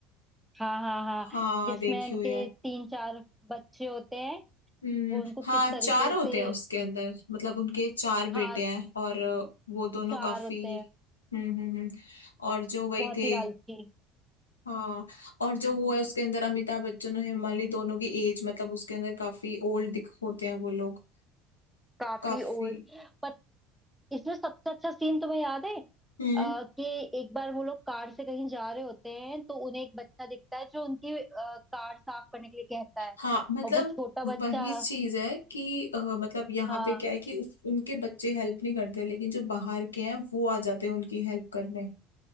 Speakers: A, in the centre; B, on the left.
A: हाँ हाँ हाँ
B: हाँ
A: जिसमें
B: देखी
A: उनके
B: हुई है
A: तीन चार बच्चे होते हैं
B: हम्म
A: वो उनको
B: हाँ
A: किस तरीके
B: चार होते
A: से
B: हैं उसके अंदर मतलब उनके चार
A: हाँ
B: बेटे हैं और वो दोनों
A: चार
B: काफी
A: होते हैं
B: हम्म हम्म हम्म और जो वही
A: बहुत
B: थे
A: ही लालची
B: हाँ और जो वो है उसके अंदर अमिताभ बच्चन और हेमाली दोनों की एज मतलब उसके अंदर काफी ओल्ड दिख होते हैं वो लोग
A: काफी
B: काफी
A: ओल्ड पर इसमें सबसे अच्छा सीन तुम्हें याद है
B: हम्म
A: अ, कि एक बार वो लोग कार से कहीं जा रहे होते हैं तो उन्हें एक बच्चा दिखता है जो उनकी अ, कार साफ करने के लिए कहता है
B: हाँ मतलब
A: और वो छोटा बच्चा
B: वही चीज है कि अ, मतलब यहाँ
A: हाँ
B: पे क्या है कि उस, उनके बच्चे हेल्प नहीं करते लेकिन जो बाहर के हैं वो आ जाते हैं उनकी हेल्प करने